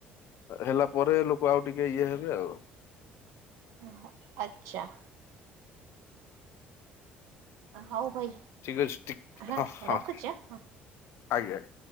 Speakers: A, on the left; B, on the right.
A: ହେଲା ପରେ ଲୋକ ଆଉ ଟିକେ ଇଏ ହେବେ ଆଉ।
B: ଓହୋ। ଆଚ୍ଛା। ହଉ ଭାଇ
A: ଠିକ ଅଛିି ଠିକ୍
B: ହଁ
A: ହ ହ।
B: ରଖୁଛି ଆଁ
A: ଆଜ୍ଞାଜ୍।